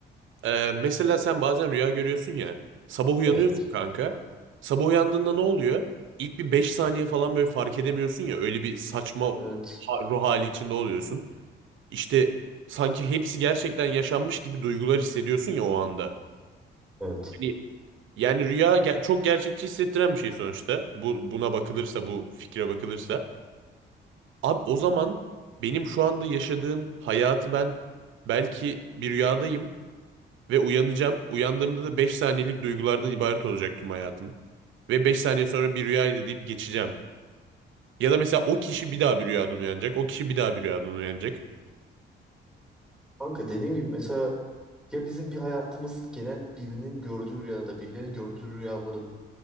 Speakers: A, on the right (about 75°); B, in the centre.
A: Eee, mesela sen bazen rüya görüyorsun ya. Sabah uyanıyorsun
B: Evet.
A: kanka. Sabah uyandığında ne oluyor? İlk bir 5 saniye falan böyle fark edemiyorsun ya. Öyle bir saçma
B: Evet.
A: ha- ruh hali içinde oluyorsun. İşte sanki hepsi gerçekten yaşanmış gibi duygular hissediyorsun ya o anda.
B: Evet.
A: Hani yani rüya ge- çok gerçekçi hissettiren bir şey sonuçta. Bu buna bakılırsa, bu fikre bakılırsa. Abi o zaman benim şu anda yaşadığım hayatı ben belki bir rüyadayım ve uyanacağım. Uyandığımda da 5 saniyelik duygulardan ibaret olacak tüm hayatım. Ve beş saniye sonra bir rüyaydı deyip geçeceğim. Ya da mesela o kişi bir daha bir rüyadan uyanacak. O kişi bir daha bir rüyadan uyanacak.
B: Kanka dediğim gibi mesela Ya bizim bir hayatımız genel birinin gördüğü rüyada, birilerinin gördüğü rüyaların